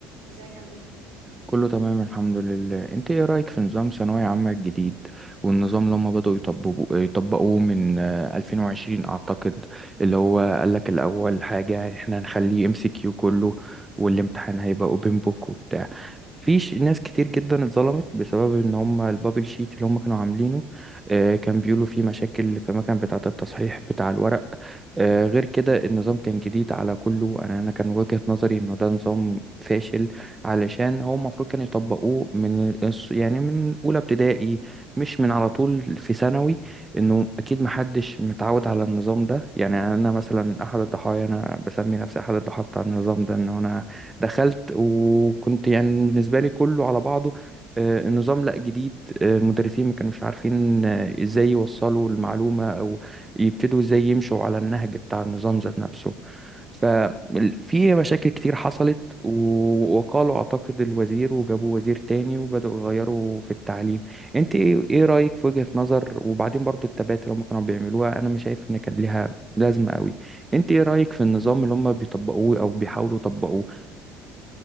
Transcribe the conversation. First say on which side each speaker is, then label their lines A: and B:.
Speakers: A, on the right; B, on the right.
A: ازيك عامل ايه
B: كله تمام الحمد لله انت ايه رأيك في نظام ثانوية عامة الجديد والنظام اللي هم بدأوا يطبقوا يطبقوه من آه، 2020 اعتقد اللي هو قالك الاول حاجة احنا هنخليه ام سي كيو كله والامتحان هيبقى اوبن بوك وبتاع في ش- ناس كتير جدا اتظلمت بسبب ان هم البابل شيت اللي هم كانوا عاملينه آه، كان بيقولوا فيه مشاكل في المكان بتاعة التصحيح بتاع الورق آه، غير كده النظام كان جديد على كله انا انا كان وجهة نظري انه ده نظام فاشل علشان هو المفروض كانوا يطبقوه من الص- يعني من أولى ابتدائي مش من على طول في ثانوي إنه أكيد محدش متعود على النظام ده يعني أنا مثلا أحد الضحايا أنا بسمي نفسي أحد الضحايا بتاع النظام ده إن أنا دخلت وكنت يعني بالنسبة لي كله على بعضه آه، النظام لا جديد آه، المدرسين ما كانوش عارفين آه، ازاي يوصلوا المعلومة او يبتدوا ازاي يمشوا على النهج بتاع النظام ذات نفسه ففي مشاكل كتير حصلت و- وقالوا أعتقد الوزير وجابوا وزير تاني وبدأوا يغيروا في التعليم انت ايه إيه رأيك في وجهة نظر وبعدين برضو التبات اللي هم كانوا بيعملوها انا مش شايف ان كان ليها لازمة قوي انت ايه رأيك في النظام اللي هم بيطبقوه او بيحاولوا يطبقوه